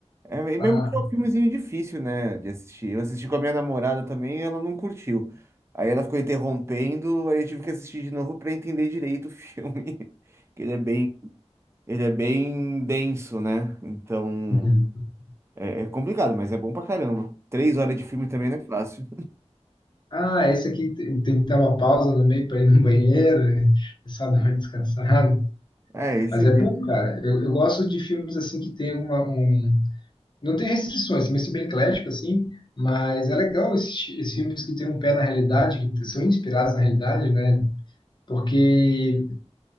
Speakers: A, on the right; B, on the left.
A: É, e mesmo
B: Ah,
A: que é um filmezinho difícil, né, de assistir. Eu assisti com a minha namorada também e ela não curtiu. Aí ela ficou interrompendo, aí eu tive que assistir de novo pra entender direito o filme. <laughs> Que ele é bem, ele é bem denso, né? Então
B: <laughs>
A: é, é complicado, mas é bom pra caramba. Três horas de filme também não é fácil.
B: ah esse aqui te- teve que dar uma pausa no meio para ir no banheiro, né? o pessoal dá uma descansada.
A: É, esse
B: Mas é
A: mesmo,
B: bom, cara. Eu, eu gosto de filmes assim que tem uma, um- Não tem restrições, também sou bem eclético, assim, mas é legal esses, ti- esses filmes que têm um pé na realidade, que são inspirados na realidade, né? Porque